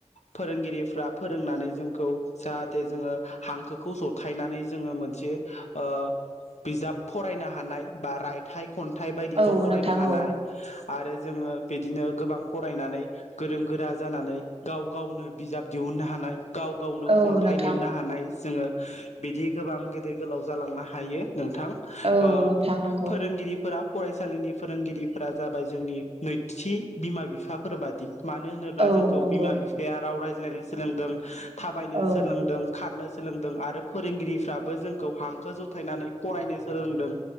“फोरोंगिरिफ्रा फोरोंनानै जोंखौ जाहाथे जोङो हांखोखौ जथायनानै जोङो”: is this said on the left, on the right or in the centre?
Left